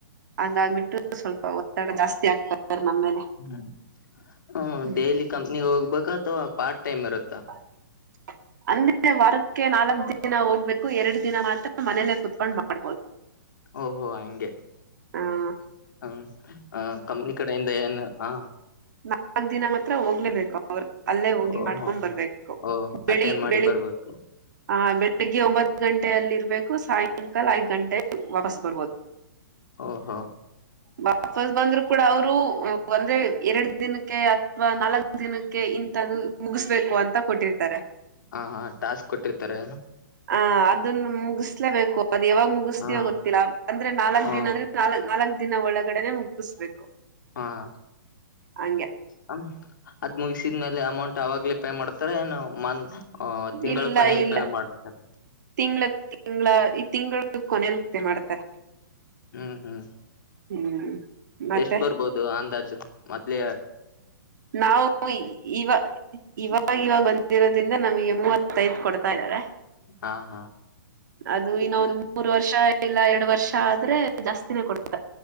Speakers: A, on the right (about 60°); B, on the left (about 65°).
A: ಹಂಗಗ್ಬಿಟ್ಟು ಸ್ವಲ್ಪ ಒತ್ತಡ ಜಾಸ್ತಿ ಆಗ್ತ ನಮ್ಮೇಲೆ
B: ಹ್ಮ್ ಹ್ಮ
A: ಹ್ಮ್
B: ಡೈಲಿ ಕಂಪ್ನಿ ಹೋಗ್ಬೇಕ ಅಥವಾ ಪಾರ್ಟ್ ಟೈಮ್ ಇರತ್ತಾ
A: ಆರ್ ಅಂದೆ ವಾರಕ್ಕೆ ನಾಲ್ಕ್ ದಿನ ಹೋಗ್ಬೇಕು ಎರಡು ದಿನ ಮಾತ್ರ ಮನೇಲೆೇ ಕುೂತ್ಕೊಂಡ್ ಮಾಡ
B: ಓಹೋ ಹಂಗೆ
A: ಹಾ
B: ಹ್ಮ ಆ ಕಪ್ನಿ ಕಡೆಯಿಂದ ಏನ್ ಹ
A: ನಾಲ್ಕ್ ದಿನ ಮಾತ್ರ ಹೋಗ್ಲೇಬೇಕು ಅವ್ರ ಅಲ್ಲೇ ಹೋಗಿ
B: ಓಹೋ
A: ಮಾಡ್ಕೊಂಡ್ ಬರ್ಬೇಕು
B: ಓ
A: ಬೆಳಿ
B: ಅಟೆಂಡ್ ಮಾಡಿ
A: ಬೆಳಿ
B: ಬರ್ಬೇಕು
A: ಹ ಬೆಳಗ್ಗೆ ಒಂಬತ್ತು ಗಂಟೆ ಅೆಯಲ್ಲಿ ಇರ್ಬೇಕು ಸಾಯಂಕಾಲ ಐದ್ ಗಂಟೆ ವಾಪಸ್ ಬರ್ಬೋದು
B: ಓಹಾ
A: ವಾಪಸ್ ಬಂದ್ರು ಕೂಡ ಅವರು ಒಂದ್ರೆ ಎರಡು ದಿನಕ್ಕೆ ಅಥವಾ ನಾಲ್ಕು ದಿನಕ್ಕೆ ಇಂತಥ್ದ ಮುಗಿಸ್ಬೇಕು ಅಂತ ಕೊಟ್ಟಿರ್ತಾರೆ
B: ಹಾ ಹಾ ಟಾಸ್ಕ್ ಕೊಟ್ಟಿರ್ತಾರೆ ಏನು
A: ಹ ಅದನ್ನು ಮುಗಿಸ್ಲೇಬೇಕು ಅದು ಯಾವಾಗ್ ಮುಗ ಮುಗಿಸ್ತೀ
B: ಹಾ
A: ಗೊತ್ತಿಲ್ಲಾ ಅಂದ್ರೆ ನಾಲ್ಕ್
B: ಹ
A: ದಿನ ಅಂದ್ರೆ ನಾಕ್ ನಾಲ್ಕ್ ದಿನ ಒಳಗಡೆನೆ ಮುಗಿಸ್ಬೇಕು
B: ಹಾಂ
A: ಹಂಗೆ
B: ಹ ಅದ್ ಮುಗಿಸಿದ್ಮೇಲೆ ಅಮೌಂಟ್ ಅವಾಗ್ಲೇ ಪೇ ಮಾಡ್ತಾರ ಏನ ಮನ್ ಹ ತಿಂಗಳ
A: ಇಲ್ಲ
B: ಕೊನಲ್ಪನ
A: ಇಲ್ಲ
B: ಮಾಡ್ತದ
A: ತಿಂಗ್ಳ ತಿಂಗಗಳ ಈ ತಿಂಗಳ ಕೊನಲಿ ಉ ಮಾಡ್ತಾರ
B: ಹ್ಮ್ ಹ್ಮ್
A: ಹ್ಮ್ ಮತ್ತೆ
B: ಎಷ್ಟು ಬರ್ಬೋದು ಅಂದಾಜು ಮತ್ತಲ
A: ನಾವು ಇವ ಇವ ಇವಾಗ ಬಂದಿರೋದ್ರಿಂದ ನಮ್ಗೆ ಮೂವತ್ತೈದ ಕೊಡ್ತಾ ಇದಾರೆ
B: ಹಾ ಹಾ
A: ಅದು ಇನ್ನ ಒಂದು ಮೂರು ವರ್ಷ ಇಲ್ಲ ಎರಡು ವರ್ಷ ಆದ್ರೆ ಜಾಸ್ತಿನೇ ಕೊಡ್ತ